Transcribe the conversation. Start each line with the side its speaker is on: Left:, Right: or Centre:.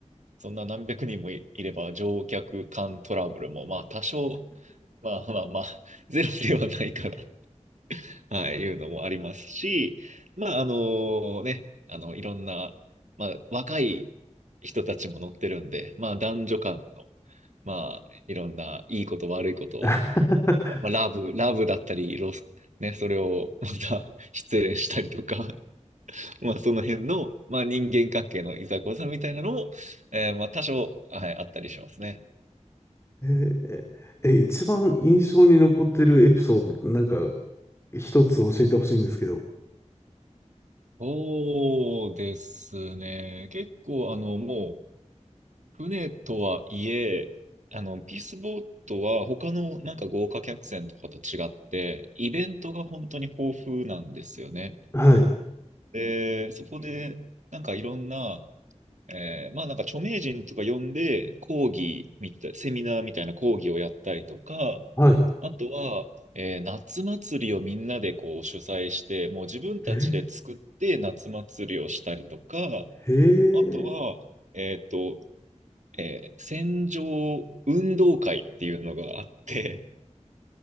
Right: そんな何百人もい、いれば乗客間トラブルも、まあ多少、まあまあまあ、ゼロではないかな、<laughs> はい、いうのもありますし、まああのね、あの、いろんな、まあ若い人たちも乗ってるんで、まあ男女間の、まあいろんないいこと悪いことを、
Left: <laughs>
Right: まあラブ、ラブだったり、ロス、ね、それをまた失恋したりとか、<laughs> まあその辺の、まあ人間関係のいざこざみたいなのも、えーまあ多少、はい、あったりしますね。
Left: えーえ、一番印象に残ってるエピソードってなんか一つ教えてほしいんですけど。
Right: そうですね。結構、あの、もう、船とはいえ、あの、ピースボートは他のなんか豪華客船とかと違って、イベントが本当に豊富なんですよね。
Left: はい。
Right: で、そこで、なんかいろんなえーまあなんか著名人とか呼んで講義みたい、セミナーみたいな講義をやったりとか、
Left: はい。
Right: あとは、えー夏祭りをみんなでこう主催して、もう自分たちで作って夏祭りをしたりとか、
Left: え、へえ、
Right: あとは、えっと、えー船上運動会っていうのがあって、